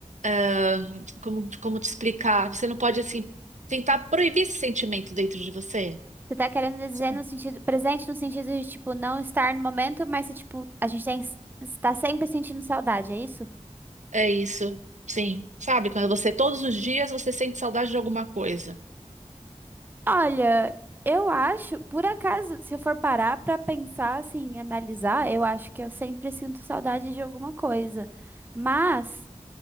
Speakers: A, on the right; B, on the right.
A: ahn, como, como te explicar? Você não pode, assim, tentar proibir esse sentimento dentro de você?
B: Você tá querendo dizer
A: Sabe?
B: no sentido presente, no sentido de, tipo, não estar no momento, mas se, tipo, a gente tem, está sempre sentindo saudade, é isso?
A: É isso, sim. Sabe, quando você, todos os dias, você sente saudade de alguma coisa.
B: Olha, eu acho, por acaso, se eu for parar pra pensar assim, analisar, eu acho que eu sempre sinto saudade de alguma coisa. Mas